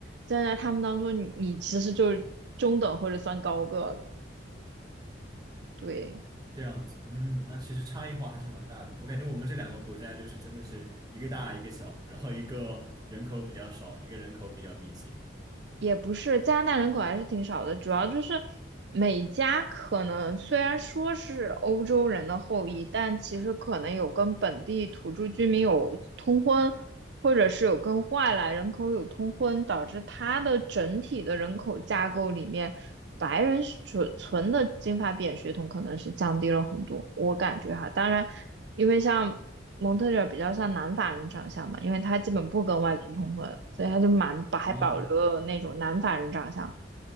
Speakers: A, on the right; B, on the right.
A: 站在他们当中，你你其实就是中等或者算高个的，对。
B: 这样子，嗯，那其实差异化还是蛮大的。我感觉我们这两个国家就是真的是一个大一个小，然后一个人口比较少，一个人口比较密集。
A: 也不是，加拿大人口还是挺少的，主要就是每家可能虽然说是欧洲人的后裔，但其实可能有跟本地土著居民有通婚，或者是有跟外来人口有通婚，导致它的整体的人口架构里面。白人纯纯的金发碧眼血统可能是降低了很多，我感觉哈。当然，因为像蒙特利尔比较像南法人长相嘛，因为他基本不跟外族通婚，所以他就蛮保还保留了那种南法人长相。
B: 哦